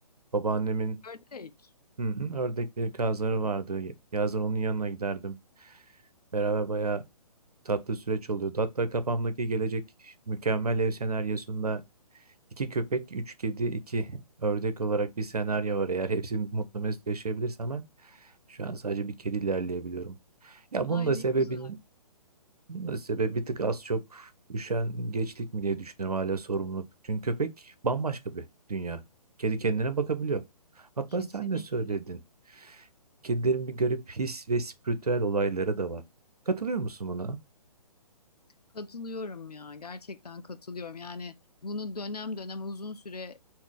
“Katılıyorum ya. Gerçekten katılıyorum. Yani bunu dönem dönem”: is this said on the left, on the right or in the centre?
Left